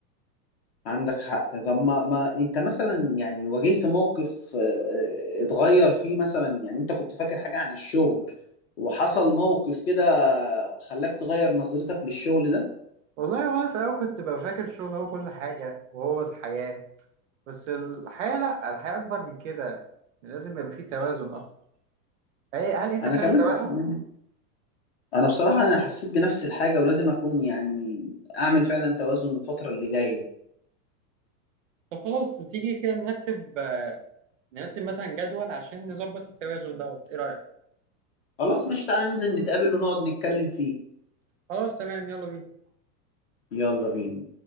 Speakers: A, on the left; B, on the right.
A: عندك حق طب ما, ما انت مثلا يعني واجهت موقف آه، آه، اتغير فيه مثلا يعني انت كنت فاكر حاجة عن الشغل وحصل موقف كده خلاك تغير نظرتك للشغل ده
B: والله وانا في الاول كنت ببقى فاكر الشغل هو كل حاجه وهو الحياه بس الحياه لا الحياه اكبر من كده لازم يبقى فيه توازن اكتر هي- هل انت
A: انا
B: بتعمل
A: كمان
B: توازن؟
A: ح- يعني انا بصراحة انا حسيت بنفس الحاجة ولازم اكون يعني اعمل فعلا توازن الفترة اللي جاية
B: طب خلاص تيجي كده نرتب نرتب مثلا جدول عشان نظبط التوازن دوت ايه رأيك؟
A: خلاص مش تعالى ننزل نتقابل ونقعد نتكلم فيه
B: خلاص تمام يلا بينا
A: يلا بينا